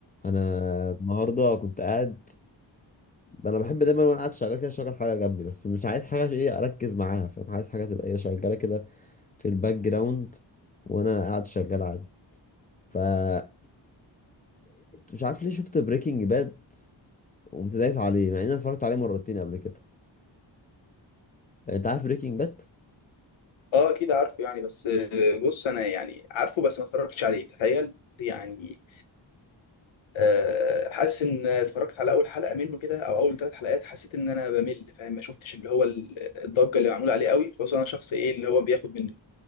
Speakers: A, on the left; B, on the left.
A: انا النهارده كنت قاعد انا بحب دايما وانا قاعد شغال كده اشغل حاجه جنبي بس مش عايز حاجه عشان ايه اركز معاها فاهم عايز حاجه تبقى ايه شغاله كده في الباك جراوند وانا قاعد شغال عادي فلقيت مش عارف ليه شفت بريكنج باد وقمت دايس عليه مع اني اتفرجت عليه مرتين قبل كده يعني انت عارف بريكنج باد
B: اه اكيد عارفه يعني بس آه، بص انا يعني عارفه بس ما اتفرجتش عليه تخيل يعني آه، حاسس ان اتفرجت على اول حلقه منه كده او اول ثلاث حلقات حسيت ان انا بمل فاهم ما شفتش اللي هو ال- الضجه اللي معموله عليه قوي خصوصا انا شخص ايه اللي هو بياخد من